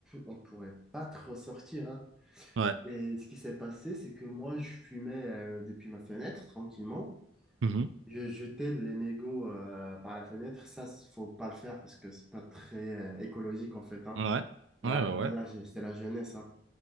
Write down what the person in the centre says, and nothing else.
on pourrait pas trop sortir, hein.
Et ce qui s'est passé, c'est que moi, je fumais euh, depuis ma fenêtre tranquillement.
Je jetais les mégots euh, par la fenêtre. Ça, c- faut pas le faire parce que c'est pas très euh, écologique en fait. Hein.
Ben,
voilà, j'ai- c'est la jeunesse. hein.